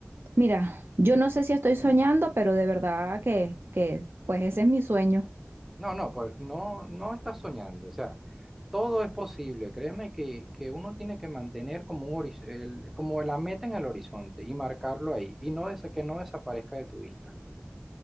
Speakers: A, on the right (about 60°); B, in the centre.
A: Mira, yo no sé si estoy soñando, pero de verdad que, que pues ese es mi sueño.
B: No, no, pues no, no estás soñando, o sea. Todo es posible, créeme que, que uno tiene que mantener como un horiz- el- como la meta en el horizonte y marcarlo ahí y no desa- que no desaparezca de tu vista.